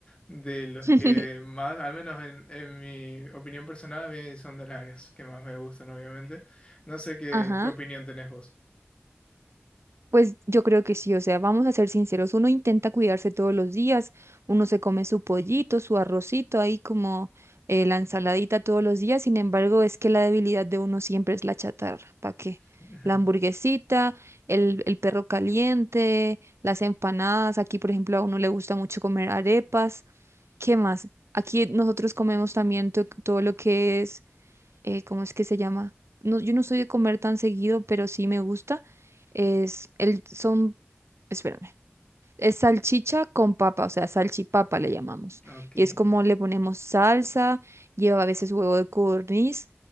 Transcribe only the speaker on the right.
<laughs>
Ajá.
Pues yo creo que sí, o sea, vamos a ser sinceros, uno intenta cuidarse todos los días, uno se come su pollito, su arrocito, ahí como eh, la ensaladita todos los días, sin embargo, es que la debilidad de uno siempre es la chatarra, ¿para qué?
La hamburguesita, el, el perro caliente, las empanadas, aquí por ejemplo a uno le gusta mucho comer arepas, ¿qué más? Aquí nosotros comemos también to- todo lo que es eh, ¿cómo es que se llama? No, yo no soy de comer tan seguido, pero sí me gusta. Es el, son, espérame, es salchicha con papa, o sea, salchipapa le llamamos.
Y es como le ponemos salsa, lleva a veces huevo de codorniz